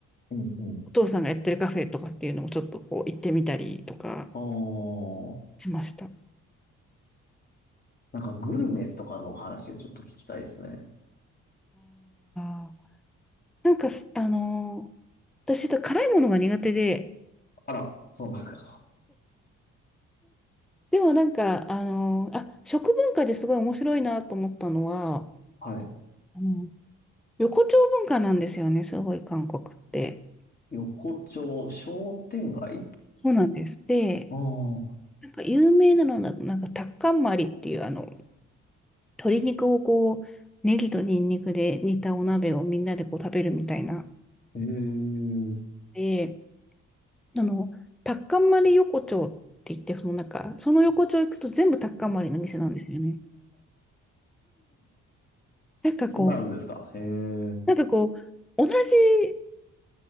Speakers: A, on the left (about 30°); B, in the centre.
A: うんうん。
B: お父さんがやってるカフェとかっていうのもちょっとこう行ってみたりとか
A: おー、
B: しました。あ
A: なんかグルメとかの話をちょっと聞きたいですね。
B: あ、なんかす、あの、私、辛いものが苦手で、
A: あら、そうなんですか。
B: でもなんか、あの、あ、食文化ですごい面白いなと思ったのは、
A: はい。
B: あの横丁文化なんですよね、すごい韓国って。
A: 横丁商店街
B: そうなんです。で、
A: ああ
B: なんか有名なのだと、なんかタッカンマリっていう、あの、鶏肉をこう、ネギとニンニクで煮たお鍋をみんなでこう食べるみたいな。
A: ー、へえ。
B: で、あの、タッカンマリ横丁って言って、そのなんか、その横丁行くと全部タッカンマリの店なんですよね。
A: <laughs>
B: なんかこう、
A: そうなあるんですか。へえ。
B: なんかこう、同じ